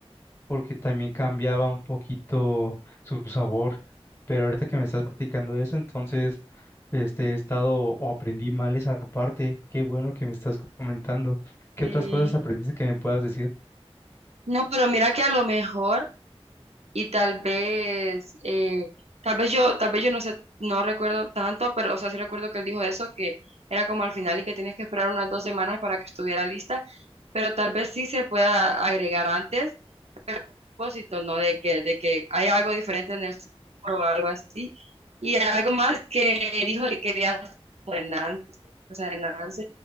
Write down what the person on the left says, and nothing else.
porque también cambiaba un poquito su sabor. Pero ahorita que me estás platicando eso, entonces este, he estado o aprendí mal esa parte. Qué bueno que me estás comentando. ¿Qué
otras cosas aprendiste que me puedas decir?